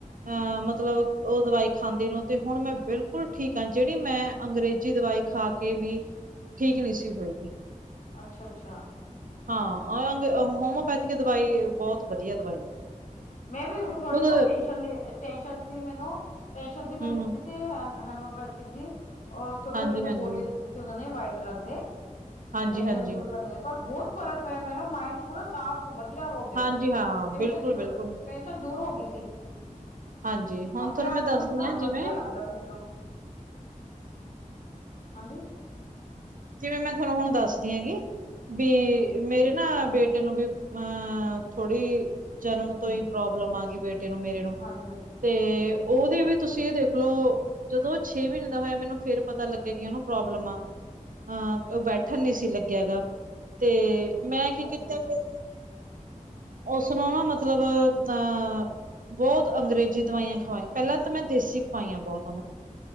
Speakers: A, on the right; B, on the left.
A: ਅਹ ਮਤਲਬ ਉਹ ਦਵਾਈ ਖਾਂਦੇ ਨੂੰ ਤੇ ਹੁਣ ਮੈਂ ਬਿਲਕੁਲ ਬਿਲਕੁਲ ਠੀਕ ਆ ਜਿਹੜੀ ਮੈਂ ਅੰਗਰੇਜ਼ੀ ਦਵਾਈ ਖਾ ਕੇ ਵੀ ਠੀਕ ਨਹੀਂ ਸੀ ਹੋਈ
B: ਅੱਛਾ ਅੱਛਾ
A: ਹਾਂ ਆ ਹੋਮਓਪੈਥੀਿਕ ਦਵਾਈ ਬਹੁਤ ਵਧੀਆ ਦਵਾਈ
B: ਮੈਂ ਵੀ ਥੋੜੀ
A: ਖੁਦ
B: ਨਾ ਟੈਸ਼ਨ ਲੀ ਟੈਸ਼ਨ ਸੀ ਮੈਨੂੰ ਟੈਸ਼ਨ ਦੀ ਮੈਂ
A: ਹਮ
B: ਲਿੱਤੀ ਸੀ। ਹੈਮਿਓਪੈਥਿਕ ਦੀ ਉਹ ਛੋਟੇ
A: ਹਾਂਜੀ
B: ਛੋਟੇ ਜਿਹੇ
A: ਹਾਂਜੀ
B: ਗੋਲੀਆਂ ਦਿੱਤੇ ਸੀ ਉਹਨਾਂ ਨੇ ਵਾਈਟ ਰੰਗ ਦੇ
A: ਹਾਂਜੀ
B: ਟੈਸ਼ਨ
A: ਹਾਂਜੀ
B: ਦੂਰ ਕਰਨ ਦੇ ਪਰ ਬਹੁਤ ਫਰਕ ਪਿਆ ਮੇਰਾ ਮਾਈੰਡ ਪੂਰਾ ਸਾਫ਼ ਵਧੀਆ ਹੋ ਗਿਆ
A: ਹਾਂਜੀ
B: ਸੀ
A: ਹਾਂ
B: ਟੈਨਸ਼ਨ
A: ਬਿਲਕੁਲ ਬਿਲਕੁਲ
B: ਟੈਨਸ਼ਨ ਦੂਰ ਹੋ ਗਈ ਸੀ
A: ਹਾਂਜੀ ਹੁਣ
B: ਆਪਣੇ
A: ਤੁਹਾਨੂੰ
B: ਆਪ
A: ਮੈਂ
B: ਨੂੰ
A: ਦੱਸਦੀ
B: ਇੰਨਾ
A: ਹਾਂ
B: ਵਧੀਆ
A: ਜਿਵੇਂ
B: ਲੱਗਦਾ ਸੀ ਮੈਨੂੰ ਹਾਂਜੀ
A: ਜਿਵੇਂ ਮੈਂ ਤੁਹਾਨੂੰ ਹੁਣ ਦੱਸਦੀ ਹੈਗੀ ਵੀ
B: ਹਾਂਜੀ।
A: ਮੇਰੇ ਨਾ ਬੇਟੇ ਨੂੰ ਵੀ ਅ ਥੋੜ੍ਹੀ ਜਨਮ
B: ਹੂੰ
A: ਤੋਂ ਹੀ
B: ਹੂੰ।
A: ਪ੍ਰੋਬਲਮ ਆ ਗਈ ਬੇਟੇ ਨੂੰ ਮੇਰੇ ਨੂੰ
B: ਹਾਂਜੀ-ਹਾਂਜੀ,
A: ਤੇ
B: ਹਾਂਜੀ ਹਾਂਜੀ
A: ਉਹ ਉਹ ਵੀ ਤੁਸੀਂ ਇਹ ਦੇਖਲੋ ਜਦੋਂ ਛੇ ਮਹੀਨੇ ਦਾ ਹੋਇਆ ਮੈਨੂੰ ਫੇਰ ਪਤਾ ਲੱਗਿਆ ਕਿ ਇਹਨੂੰ ਪ੍ਰੋਬਲਮ ਆ ਅਹ ਉਹ ਬੈਠਣ ਨੀ ਸੀ ਲੱਗਿਆ ਗਾ ਤੇ ਮੈਂ ਕੀ ਕੀਤਾ
B: ਅੱਛਾ,
A: ਫੇਰ ਉਸਨੂੰ ਨਾ ਮਤਲਬ ਅਹ ਬਹੁਤ ਅੰਗਰੇਜ਼ੀ ਦਵਾਈਆਂ ਖਵਾਈਆਂ ਪਹਿਲਾਂ ਤਾਂ ਮੈਂ ਦੇਸੀ ਖਵਾਈਆਂ ਬਹੁਤ